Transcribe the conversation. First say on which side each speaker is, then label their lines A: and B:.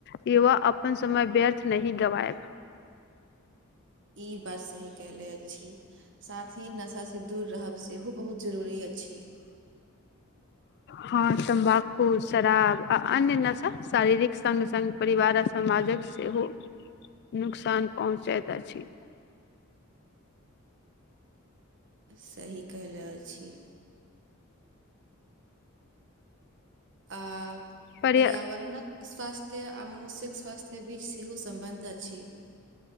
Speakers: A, on the left; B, on the right.
A: युवा अपन समय व्यर्थ नही गवाएब
B: ई बात सही कहले अछी साथ ही नशाँ से दूर रहब सेहो बहुत जरूरी अछि <inaudible>
A: हँ तम्बाकू शराब आ अन्य नशा शारीरिक संग संग परिवार समाजक सेहो नुकसान पहुँचैत अछि
B: सही कहले अछी आ
A: पर्य
B: पर्यावरण स्वास्थ्ये आ मनुष्यके स्वास्थ्य बीच सेहो सम्बन्ध अछि